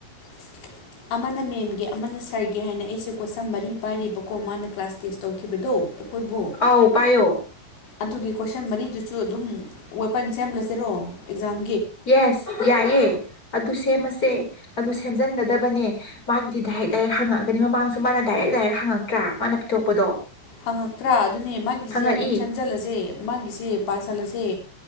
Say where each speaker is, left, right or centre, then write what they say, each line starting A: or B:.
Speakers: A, on the left; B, on the left.
A: <unintelligible> ꯑꯃꯅ ꯃꯦꯝꯒꯦ ꯑꯃꯅ ꯁꯔꯒꯦ ꯍꯥꯏꯅ ꯑꯩꯁꯦ ꯀꯣꯏꯁꯝ ꯃꯔꯤ ꯄꯥꯏꯔꯤꯕꯀꯣ ꯃꯥꯅ ꯀ꯭ꯂꯥꯁ ꯇꯦꯁ ꯇꯧꯈꯤꯕꯗꯣ ꯑꯩꯈꯣꯏꯕꯨ
B: ꯑꯥꯎ ꯄꯥꯏꯌꯣ
A: ꯑꯗꯨꯒꯤ ꯀꯣꯏꯁꯟ ꯃꯔꯤꯗꯨꯁꯨ ꯑꯗꯨꯝ ꯋꯦꯄꯟ ꯁꯦꯝꯂꯁꯤꯔꯣ ꯑꯦꯛꯖꯥꯝ
B: ꯌꯦꯁ ꯌꯥꯏꯑ ꯑꯗꯨ ꯁꯦꯝꯃꯁꯦ ꯑꯗꯨ ꯁꯦꯝꯖꯟꯒꯗꯕꯅꯦ ꯃꯥꯒꯤꯗꯤ ꯗꯥꯏꯔꯦꯛ ꯗꯥꯏꯔꯦꯛ ꯍꯪꯉꯛꯑꯒꯅꯤ ꯃꯃꯥꯡꯁꯨ ꯃꯥꯅ ꯗꯥꯏꯔꯦꯛ ꯂꯥꯏꯔꯤꯛ ꯍꯪꯉꯛꯇ꯭ꯔꯥ ꯃꯥꯅ ꯄꯤꯊꯣꯛꯄꯗꯣ
A: ꯍꯪꯉꯛꯇ꯭ꯔꯥ ꯑꯗꯨꯅꯦ ꯃꯥꯒꯤꯁꯦ
B: ꯍꯪꯉꯛꯏ
A: ꯑꯗꯨꯝ ꯁꯦꯝꯖꯤꯜꯂꯁꯦ ꯃꯥꯒꯤꯁꯦ ꯄꯥꯁꯤꯜꯂꯁꯦ